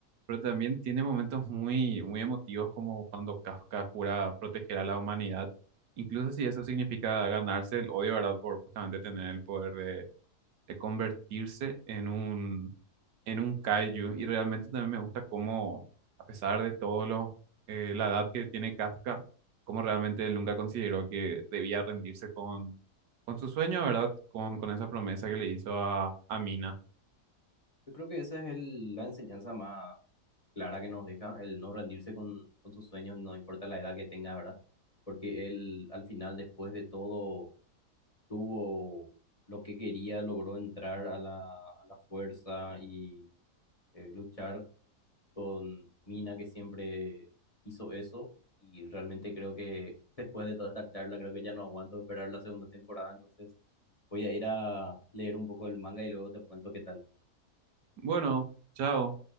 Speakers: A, on the right; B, on the left.
A: Pero también tiene momentos muy, muy emotivos como cuando Kafka jura proteger a la humanidad, incluso si eso significa ganarse el odio, ¿verdad? Por justamente tener el poder de, de convertirse en un en un kaiju y realmente también me gusta cómo, a pesar de todo lo, eh, la edad que tiene Kafka, cómo realmente él nunca consideró que debía rendirse con, con su sueño, ¿verdad? Con, con esa promesa que le hizo a, a Mina.
B: Yo creo que esa es el- la enseñanza más clara que nos deja, el no rendirse con, con sus sueños, no importa la edad que tengas, ¿verdad? Porque él al final, después de todo, tuvo lo que quería, logró entrar a la, a la fuerza y eh, luchar con Mina, que siempre hizo eso. Y realmente creo que <laughs> después de toda esta charla, creo que ya no aguanto esperar la segunda temporada. Entonces voy a ir a leer un poco el manga y luego te cuento qué tal.
A: Bueno, chao.